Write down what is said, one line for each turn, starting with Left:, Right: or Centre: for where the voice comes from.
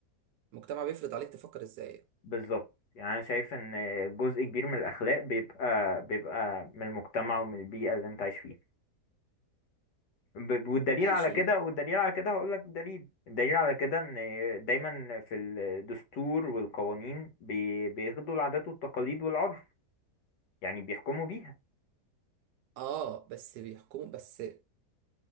Right: المجتمع بيفرض عليك تفكر ازاي
Left: بالظبط يعني انا شايف ان جزء كبير من الاخلاق بيبقى بيبقى من المجتمع ومن البيئة اللي انت عايش فيها ب- والدليل
Right: ماشي
Left: على كده والدليل على كده هقول لك دليل الدليل على كده ان دايما في الدستور والقوانين بي- بياخدوا العادات والتقاليد والعرف يعني بيحكموا بيها
Right: اه بس بيحكموا بس